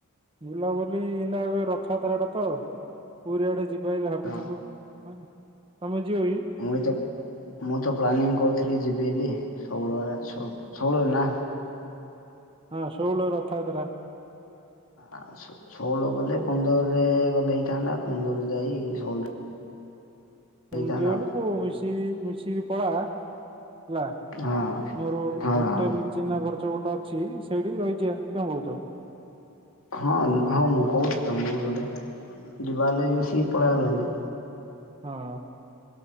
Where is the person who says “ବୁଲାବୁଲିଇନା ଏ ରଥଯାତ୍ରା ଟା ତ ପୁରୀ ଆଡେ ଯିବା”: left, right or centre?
Right